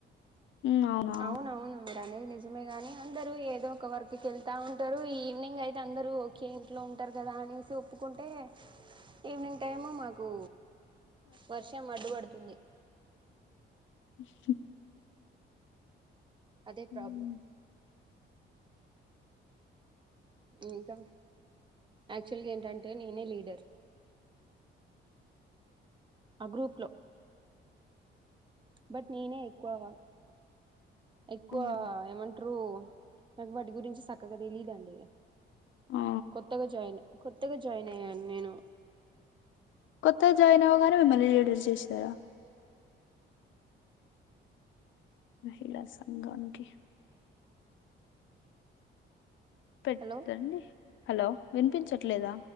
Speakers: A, on the left (about 75°); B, on the right (about 25°).
A: హ్మ్ అవునా
B: అవునువును మీరనేది నిజమే గాని అందరు ఏదో ఒక వర్క్ కి ఎళ్తా ఉంటారు ఈవినింగ్ అయితే అందరూ కేే ఇంట్లో ఉంటారు గదా అనేసి ఒప్పుకుంటే ఈవ్నింగ్ టైము మాకు వర్షం అడ్డువడుతుంది
A: ఉహు
B: అదే
A: ఉమ్,
B: ప్రాబ్ల ఉ ఇంకా యాక్చువల్గా ఏంటంటే నేనే లీడర్ ఆ గ్రూప్ లో బట్ నేనే ఎక్కువా ఎక్కువ
A: అవును.
B: ఏమం ట్రు నాకు వాటి గురించి సక్కగా దెలీదండి
A: ఆ
B: కొత్తగా జాయినె కొత్తగా జాయిన్ అయ్యాన్ నేను
A: కొత్తగా జాయిన్ అవ్వగానే మిమ్మల్ని లీడర్ జేశార మహిళా సంఘాన్కి పెట్టండి
B: హలో
A: హలో విన్పించట్లేద